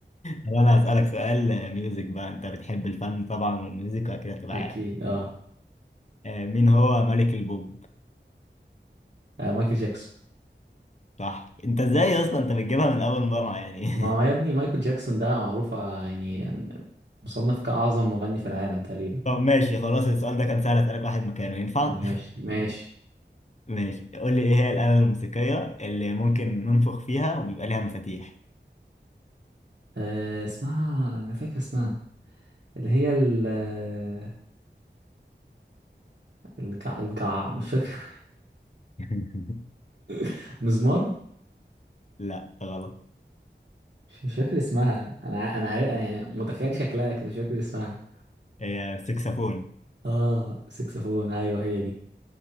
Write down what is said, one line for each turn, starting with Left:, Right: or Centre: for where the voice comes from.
Left: طب انا هسألك سؤال ميوزك بقى انت بتحب الفن طبعا والميوزك كده تبقى
Right: أكيد
Left: عارف
Right: اه
Left: آه، مين هو ملك البوب
Right: آه، مايكل جاكسون
Left: صح انت ازاي اصلا انت بتجيبها من اول مرة يعني <laughs>
Right: ما هو يا ابني مايكل جاكسون ده معروف ع- يعني مصنف كأعظم مغني في العالم تقريبا
Left: طب ماشي خلاص السؤال ده كان سهل اسألك واحد مكانه ينفع
Right: ماشي ماشي
Left: ماشي قول لي ايه هي الآلة الموسيقية اللي ممكن ننفخ فيها وبيبقى ليها مفاتيح
Right: أه اسمها أنا فاكر اسمها اللي هي ال آه، الجع الجع مش فاكر
Left: <laughs>
Right: <laughs> مزمار
Left: لا غلط
Right: مش مش فاكر اسمها أنا ع- أنا عارف أنا يعني متخيل شكلها كده مش فاكر اسمها
Left: هي سكسفون
Right: آه سكسفون أيوه هي دي